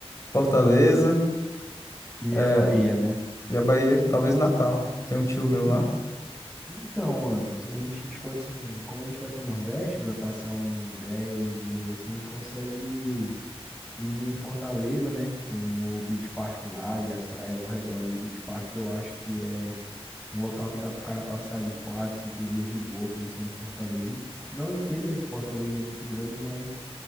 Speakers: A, on the left; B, in the centre.
A: Fortaleza,
B: E
A: é,
B: a Bahia, né?
A: e a Bahia, talvez Natal. Tem um tio meu lá.
B: En- Então, mano, se a gente, tipo assim, como a gente vai pro Nordeste, vai passar uns 10 dias assim, a gente consegue ir em Fortaleza, né? Tem o Beach Park lá e as praias ao redor ali do Beach Park, que eu acho que é um local que dá pro cara passar ali 4, 5 dias de boa, conhecendo Fortaleza. in- Não inteiro, né? Que Fortaleza é muito grande, mas.